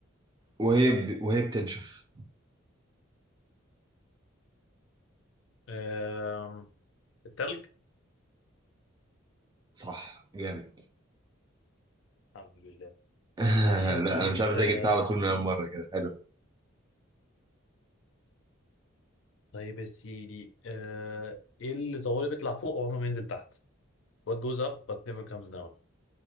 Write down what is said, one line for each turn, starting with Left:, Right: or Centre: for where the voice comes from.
Right: وهي ب... وهي بتنشف
Left: آه التلج
Right: صح جامد
Left: الحمد لله
Right: <laughs>
Left: ماشي يا سيدي
Right: لا انا مش عارف
Left: آه
Right: ازاي جبتها على طول من اول مرة كده حلو
Left: طيب يا سيدي آه ايه اللي طوالي بيطلع فوق وعمره ما ينزل تحت what goes up but never comes down